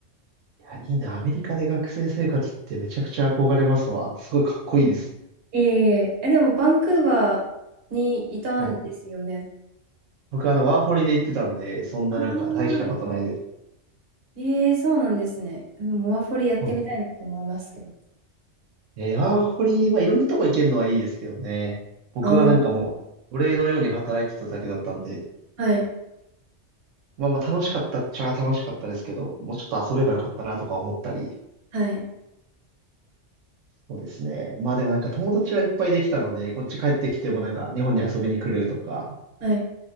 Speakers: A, on the right; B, on the right.
A: いや、いいな。アメリカで学生生活ってめちゃくちゃ憧れますわ。すごいかっこいいです。
B: えええ、でも、バンクーバーにいたんですよね。
A: はい。僕、あの、ワーホリで行ってたんで、そんななんか大したことないです。
B: ああ。ええそうなんですね。でもモアフォリやってみたいなって思いますけど。
A: そうですえー、ワーホリ、まあ、いろんなとこ行けるのはいいですけどね。僕はなんかもう、
B: ああ、
A: 奴隷のように働いてただけだったんで、
B: はい。
A: まあまあ楽しかったっちゃ楽しかったですけど、もうちょっと遊べばよかったなとか思ったり、
B: はい。
A: そうですね。まあでもなんか友達はいっぱいできたので、こっち帰ってきてもなんか日本に遊びに来るとか、
B: はい。